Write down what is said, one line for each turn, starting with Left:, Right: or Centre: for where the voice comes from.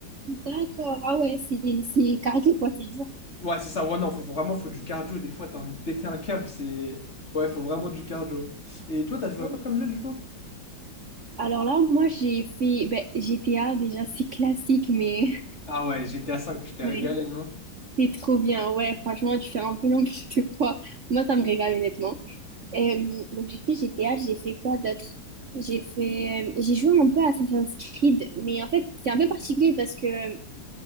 Right: D'accord. Ah ouais, c'est, c'est carré, quoi, c'est dur.
Left: Ouais, c'est ça. Ouais, non, faut vraiment faut du cardio. Des fois, t'as envie de péter un câble. C'est. Ouais, faut vraiment du cardio. Et toi, t'as joué
Right: <laughs>
Left: à quoi comme jeu, du coup?
Right: Alors là, moi, j'ai fait ben, GTA, déjà, c'est classique, mais
Left: Ah ouais, GTA 5,
Right: <laughs>
Left: je t'ai
Right: ouais,
Left: régalé, non?
Right: c'est trop bien. Ouais, franchement, tu fais un peu n'importe quoi. Moi, ça me régale, honnêtement. Euh, donc, j'ai fait GTA, j'ai fait quoi d'autre? J'ai fait... euh, J'ai joué un peu à Assassin's Creed, mais en fait, c'est un peu particulier parce que